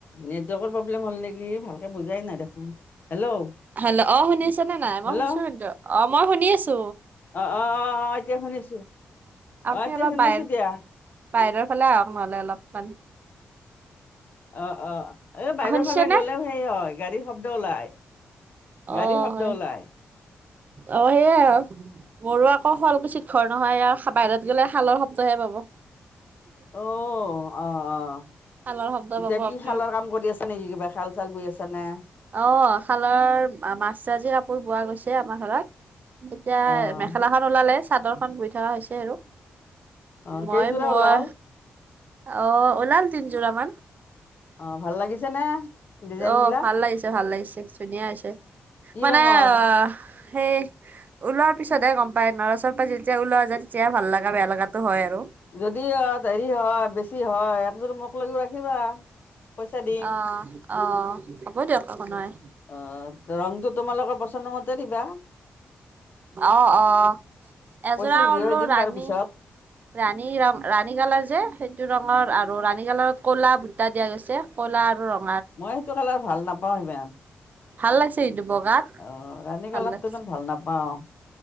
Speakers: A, on the left; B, on the right.
A: নেটৱৰ্কৰ প্ৰব্লেম হ'ল নেকি ভালকে বুজাই নাই দেখোন, হেল্ল'।
B: হেল্ল' অঁ', -শুনিছা নে নাই? মই
A: হেল্ল'
B: শুনিছো কিন্তু অঁ' মই শুনি আছো।
A: অঁ', -অঁ', -অঁ', - এতিয়া শুনিছো।
B: আপুনি
A: অ এতিয়া
B: অলপ
A: শুনিছো
B: বাহিৰ,
A: দিয়া
B: বাহিৰৰ ফালে আহক নহ'লে অলপমান।
A: অ', -অ', এই বাহিৰৰ
B: শুনিছে
A: ফালে
B: নে
A: গ'লেও হেৰি হয়- গাড়ীৰ শব্দ ওলাই,
B: অ
A: গাড়ীৰ শব্দ
B: হয়
A: ওলাই।
B: অ', -সেইয়াই হওঁক। মোৰো আকৌ শুৱালকুচিত ঘৰ নহয় আৰু বাহিৰত গ'লে শালৰ শব্দ'হে পাব।
A: অ', -অহ', -অহ',।
B: শালৰ শব্দ
A: এতিয়া
B: পাব
A: কি
B: আপুনি
A: শালৰ কাম কৰি আছা নেকি, কিবা শাল-চাল বৈ আছা নে?
B: অঁ', -শালৰ মাজ-চাজি কাপোৰ বোৱা গৈছে আমাৰ শালত। এতিয়া
A: অ',
B: মেখেলাখন ওলালে চাদৰখন বৈ থকা হৈছে আৰু।
A: অ',
B: মই-মই
A: কেইযোৰা ওলাল
B: অঁ', -ওলাল তিনযোৰা মান।
A: অ', ভাল লাগিছে নে? ডিজাইন
B: অঁ',
A: বিলাক
B: -ভাল লাগিছে, ভাল লাগিছে, ধুনীয়া হৈছে।
A: কি
B: মানে
A: ৰঙৰ?
B: আঁহ' সেই ওলোৱাৰ পিছত'হে গম পায়। নৰা চৰ প-পৰা যেতিয়া ওলোৱা যায় তেতিয়া ভাল লগা, বেয়া লগাটো হয় আৰু।
A: যদি অ', দেৰী হয়, বেছি হয়, একে পিছতো মোক লগাও ৰাখিবা। পইচা দিম।
B: অঁ', -অঁ', -হ'ব দিয়ক একো নাই।
A: অঁ', ৰংতটো তোমালোকৰ পচন্দ মতে দিবা
B: অঁ', -অহ', এযোৰা
A: পইচা যি
B: ওলোৱা
A: হয় দিম
B: ৰাণী
A: বাৰু পিছত।
B: ৰাণী ৰং, ৰাণী কালাৰ যে সেইটো ৰঙৰ আৰু ৰাণী কালাৰত কলা ভুটা দিয়া গৈছে, কলা আৰু ৰং-
A: মই সেইটো কালাৰ ভাল নাপাওঁ সিমান।
B: ভাল লাগিছে এইটো বগাত
A: অহ', ৰাণী
B: ভাল
A: কালাৰতো
B: লাগিছে।
A: ইমান ভাল নাপাওঁ।